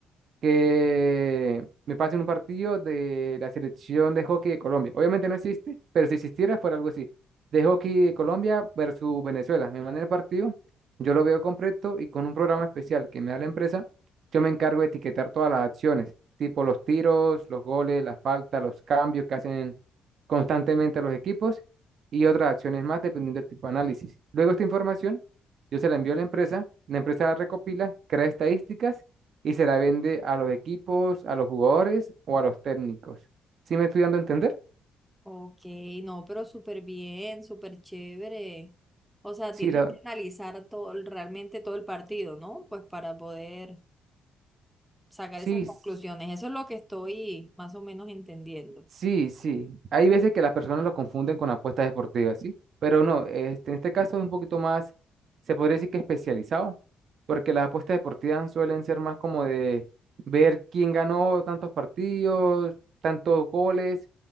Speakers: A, on the right (about 60°); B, in the centre.
A: que me pasen un partido de la selección de hockey de Colombia. Obviamente no existe, pero si existiera fuera algo así. De hockey de Colombia versus Venezuela. Me mandan el partido, yo lo veo completo y con un programa especial que me da la empresa, yo me encargo de etiquetar todas las acciones, tipo los tiros, los goles, las faltas, los cambios que hacen constantemente los equipos y otras acciones más dependiendo del tipo de análisis. Luego esta información, yo se la envío a la empresa, la empresa la recopila, crea estadísticas y se la vende a los equipos, a los jugadores o a los técnicos. ¿Sí me estoy dando a entender?
B: Ok, no, pero súper bien, súper chévere. O sea,
A: Sí,
B: tienes
A: la-
B: que analizar todo, el- realmente todo el partido, ¿no? Pues para poder sacar
A: sí,
B: esas
A: s-
B: conclusiones. Eso es lo que estoy más o menos entendiendo.
A: sí, sí. Hay veces que las personas lo confunden con apuestas deportivas, ¿sí? Pero no, este, en este caso es un poquito más, se podría decir que especializado, porque las apuestas deportivas suelen ser más como de ver quién ganó tantos partidos, tantos goles,